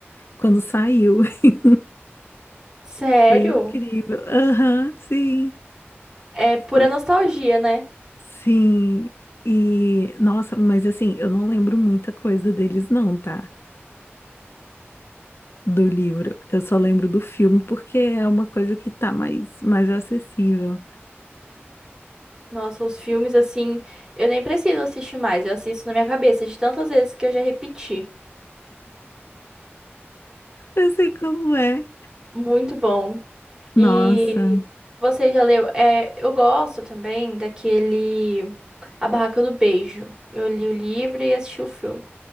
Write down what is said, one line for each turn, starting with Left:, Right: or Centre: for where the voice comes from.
Left: quando saiu. <laughs>
Right: Sério?
Left: Foi incrível. Aham, sim.
Right: É pura
Left: Fo-
Right: nostalgia, né?
Left: Sim. E, nossa, mas assim, eu não lembro muita coisa deles não, tá? Do livro. Eu só lembro do filme porque é uma coisa que tá mais mais acessível.
Right: Nossa, os filmes assim, eu nem preciso assistir mais, eu assisto na minha cabeça de tantas vezes que eu já repeti.
Left: Eu sei como é.
Right: Muito bom. E
Left: Nossa.
Right: você já leu? É, eu gosto também daquele A Barraca do Beijo. Eu li o livro e assisti o filme.